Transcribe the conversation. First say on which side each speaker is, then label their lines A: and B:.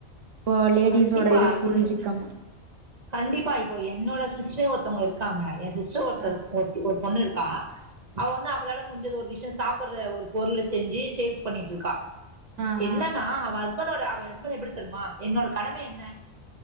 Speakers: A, on the right (about 85°); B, on the right (about 35°).
A: இப்போ லேடிஸோட
B: கண்டிப்பா
A: இத புரிஞ்சுக்காம
B: என் கண்டிப்பா இப்போ என்னோட சிஸ்டர் ஒருத்தவங்க இருக்காங்க எ சிஸ்டர் ஒருத்தர்
A: ஆ
B: ஒருத்தி ஒரு பொண்ணு இருக்கா அவ வந்து அவளால முடிஞ்சது ஒரு விஷயம் சாப்படுற ஒரு பொருள செஞ்சி சேல்ஸ் பண்ணிட்டு இருக்கா
A: ஆஹா
B: என்னன்னா அவள் ஹஸ்பண்டோட அவ ஹஸ்பண்ட் எப்படி தெர்மா என்னோட கடம என்ன